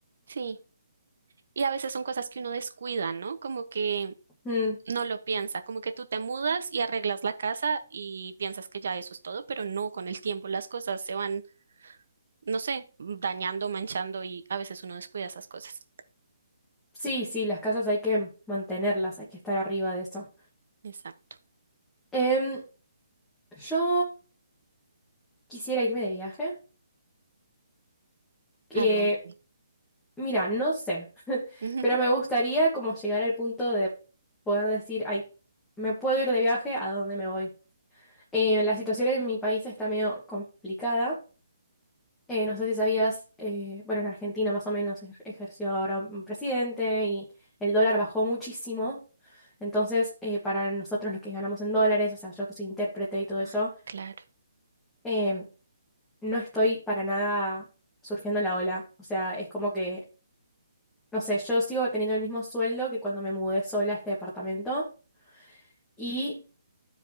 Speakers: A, on the right; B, in the centre.
A: Sí. Y a veces son cosas que uno descuida, ¿no? Como que
B: Mm,
A: no lo piensa, como que tú te mudas y arreglas la casa y piensas que ya eso es todo, pero no, con el tiempo las cosas se van no sé, dañando, manchando y a veces uno descuida esas cosas.
B: Sí, sí, las casas hay que mantenerlas, hay que estar arriba de eso.
A: Exacto.
B: Em, yo quisiera irme de viaje. que
A: ¿A dónde?
B: Mira, no sé, <laughs>
A: Ujú.
B: pero me gustaría como llegar al punto de poder decir, ay, me puedo ir de viaje, ¿a dónde me voy? Eh, la situación en mi país está medio complicada. Eh, no sé si sabías, eh, bueno, en Argentina más o menos ej- ejerció ahora un presidente y el dólar bajó muchísimo. Entonces, eh, para nosotros los que ganamos en dólares, o sea, yo que soy intérprete y todo eso,
A: Ay, claro.
B: eh, no estoy para nada surfeando la ola. O sea, es como que No sé, yo sigo teniendo el mismo sueldo que cuando me mudé sola a este departamento y